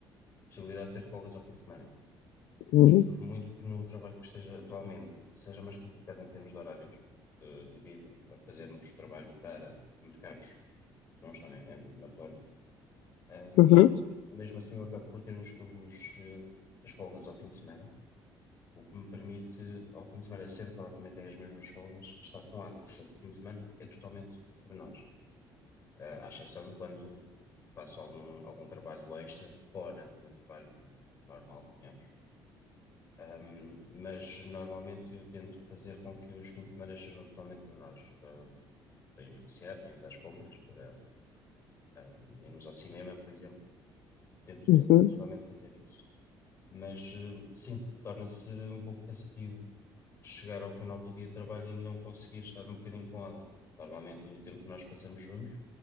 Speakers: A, on the left; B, on the left.
A: possibilidade de ter folgas ao fim de semana.
B: hum,
A: E por muito que no trabalho que esteja atualmente seja mais complicado em termos de horários, eh, devido a fazermos trabalho para mercados que não estão em- em- na Polónia, ahm,
B: Uhum,
A: mesmo assim eu acabo por ter os- os, eh, as folgas ao fim de semana, o que me permite, ao fim de semana, sendo que ela também tem as mesmas folgas, estar com ela, portanto, o fim de semana é totalmente para nós. eh, à exceção quando faço algum, algum trabalho extra fora do meu trabalho normal, digamos. Um, mas normalmente eu tento fazer com que os fins de semana sejam totalmente para nós, para, para irmos passear, para irmos às compras, para um, irmos ao cinema, por exemplo. Tento,
B: uhum.
A: tento realmente fazer isso. Mas eh, sim, torna-se um pouco cansativo chegar ao final do dia de trabalho e não conseguir estar um bocadinho com ela. Normalmente o tempo que nós passamos juntos